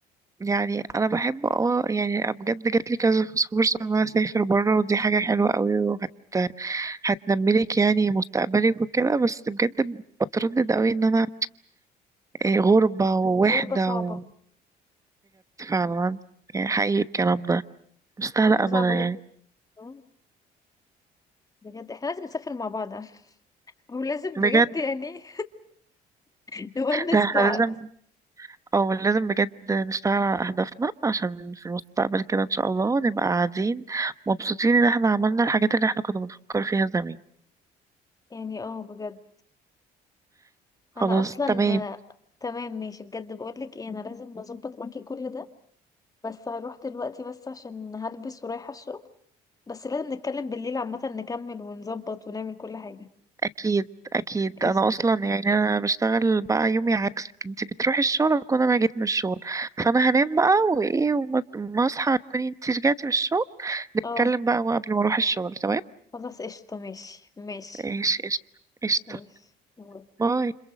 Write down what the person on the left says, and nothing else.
غربة صعبة
غربه
صعبه
جدا آه، بجد احنا لازم نسافر مع بعض ولازم
بجد يعني <laughs> نونس
بعض
يعني اه بجد انا
اصلا
آه، تمام ماشي بجد بقولك ايه انا لازم اظبط معاكي كل ده بس هروح دلوقتي بس عشان هلبس ورايحة الشغل بس لازم نتكلم بالليل عامة نكمل ونظبط ونعمل كل حاجة
قشطة
اه
خلاص قشطة ماشي ماشي
ماشي